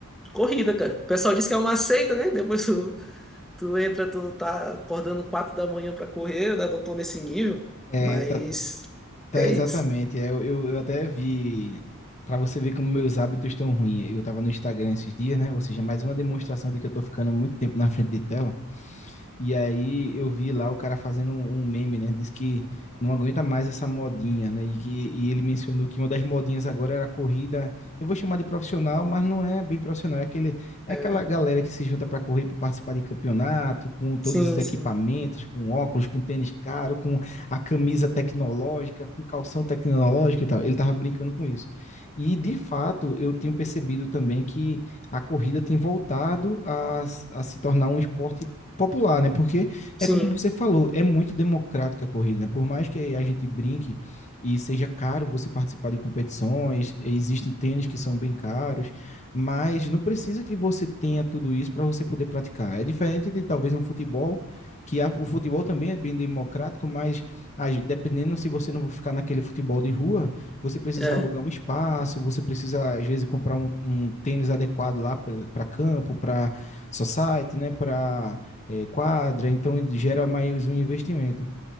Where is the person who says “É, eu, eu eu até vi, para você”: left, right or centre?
Left